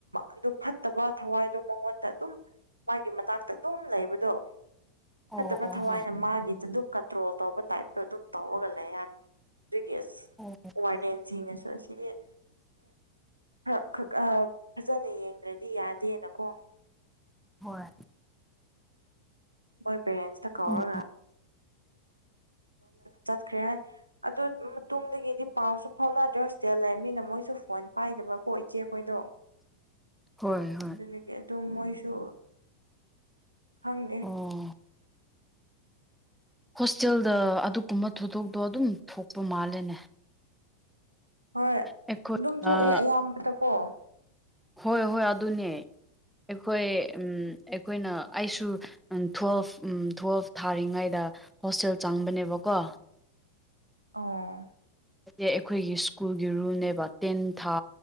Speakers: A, on the right; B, in the centre.
A: ꯑꯗꯨ ꯐꯠꯇꯕ ꯊꯋꯥꯏꯗꯣ ꯃꯉꯣꯟꯗ ꯑꯗꯨꯝ ꯃꯥꯒꯤ ꯃꯅꯥꯛꯇ ꯑꯗꯨꯝ ꯂꯩꯕꯗꯣ
B: ꯑꯣ
A: ꯐꯠꯇꯕ
B: ꯑꯣ
A: ꯊꯋꯥꯏꯅ ꯃꯥꯒꯤꯗ ꯑꯗꯨꯝ ꯀꯟꯇ꯭ꯔꯣꯜ ꯑ ꯇꯧꯕ ꯇꯥꯏꯞꯇꯣ ꯑꯗꯨꯝ ꯇꯧꯔꯒ ꯂꯩ ꯍꯥꯏꯔꯦ ꯑꯗꯨꯒꯤ ꯑꯁ
B: ꯑꯣ ꯍꯣꯏ ꯑꯣ
A: ꯋꯥꯔꯗꯦꯟꯁꯤꯡꯅꯁꯨ ꯑꯁꯤꯒꯤꯣꯏ ꯈꯔꯈꯛ ꯐꯖꯅ ꯌꯦꯡꯗ꯭ꯔꯗꯤ ꯌꯥꯗꯦꯅꯀꯣ
B: ꯍꯣꯏ
A: ꯃꯣꯏ ꯄꯦꯔꯦꯟꯁꯇ ꯀꯧꯔꯒ
B: ꯎꯝ
A: ꯆꯠꯈ꯭ꯔꯦ ꯍꯥꯏ ꯑꯗꯨ ꯃꯇꯨꯡꯗꯒꯤꯗꯤ ꯄꯥꯎꯁꯨ ꯐꯥꯎꯅꯗ꯭ꯔꯦꯖꯤꯇꯦꯜ ꯂꯩ ꯃꯤꯅ ꯃꯣꯏꯁꯨ ꯐꯣꯟ ꯄꯥꯏꯗꯕ ꯀꯣꯏ ꯏꯆꯦꯈꯣꯏꯗꯣ
B: ꯍꯣꯏ ꯍꯣꯏ
A: ꯑꯗꯨꯗꯒꯤ ꯑꯗꯨꯝ ꯃꯣꯏꯁꯨ ꯈꯪꯗꯦ
B: ꯑꯣ ꯍꯣꯁꯇꯦꯜꯗ ꯑꯗꯨꯒꯨꯝꯕ ꯊꯧꯗꯣꯛꯇꯣ ꯑꯗꯨꯝ ꯊꯣꯛꯄ ꯃꯥꯜꯂꯦꯅꯦ
A: ꯍꯣꯏ
B: ꯑꯩꯈꯣꯏ
A: ꯑꯗꯨꯝ ꯊꯣꯛꯑꯦ
B: ꯑ,
A: ꯑꯌꯥꯝꯕꯗꯀꯣ
B: ꯍꯣꯏ ꯍꯣꯏ ꯑꯗꯨꯅꯦ ꯑꯩꯈꯣꯏ ꯎ ꯑꯩꯈꯣꯏꯅ ꯑꯩꯁꯨ ꯎꯝ ꯇ꯭ꯋꯦꯜꯐ ꯎꯝ ꯇꯨꯋꯦꯜꯐ ꯊꯥꯔꯤꯉꯩꯗ ꯍꯣꯁꯇꯦꯜ ꯆꯪꯕꯅꯦꯕꯀꯣ
A: ꯑꯥ
B: ꯑ ꯑꯩꯈꯣꯏꯒꯤ ꯁ꯭ꯀꯨꯜꯒꯤ ꯔꯨꯜꯅꯦꯕ ꯇꯦꯟ ꯊꯥ